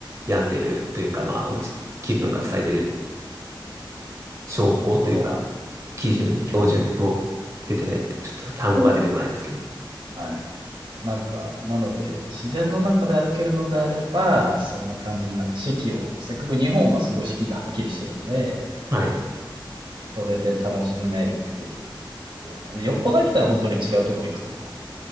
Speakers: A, on the right; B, on the right.
A: 病んでるというか、まあ、落ち、気分が塞いでる証拠というか、
B: そう、
A: 基準、標準、
B: そ
A: 表、出てないって、ちょっと単語が出てこないですけど。
B: う。はい。なんか、なので、自然の中で歩けるのであれば、そんな感じで、なんか四季を、せっかく日本はすごい四季がはっきりしてるんで、
A: はい。
B: それで楽しめるっていう感じですかね。でよっぽど飽きたら本当に違うとこ行くとか。